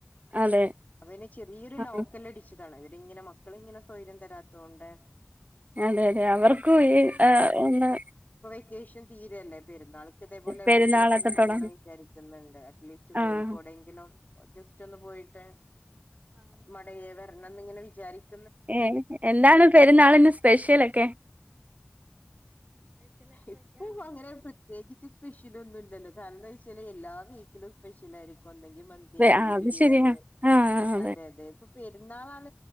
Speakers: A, on the right (about 40°); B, on the left (about 45°).
A: അതെ
B: അപ്പ പി ചെറിയൊരു
A: ആ
B: ലോക്കല് അടിച്ചു ഇവരിങ്ങനെ മക്കള ഇങ്ങനെ സൗര്യം തരാത്ത കൊണ്ട്
A: അതെ അതെ അവർക്കും ഈ എന്ന്
B: ദേഷ്യം തീരല്ലേ പെരുന്നാൾക്ക് ഇതേപോലെ എവിടെയെങ്കിലൊക്കെ
A: പെരുന്നാളൊക്കെ
B: ഒന്ന്
A: തുടങ്ങ
B: പോകണം വിചാരിക്കുന്നുണ്ട് അറ്റ്ലീസ്റ്റ് കോഴിക്കോടെങ്കിലും
A: ആഹ്
B: ജസ്റ്റ് ഒന്ന് പോയിട്ട് അ മടയെവ ങ്ങനെ വിചാരിക്കും
A: ഏർ എന്താണ് പെരുന്നാളിന് സ്പെഷ്യൽൊക്കെ
B: ഇപ്പൊ അര പ്രത്യേകിച്ച് സ്പെഷ്യൽ ഒന്നുംല്ലല്ലോ കാരണം എന്താ വെച്ചാ എല്ലാ വീക്കിലും സ്പെഷ്യലായിരിക്കും െ മന്തി അല്ലെ
A: ആഹ് അത്
B: ബിയാണി
A: ശരിയാ ആഹ്
B: അതെ അതെ പെരുന്നാള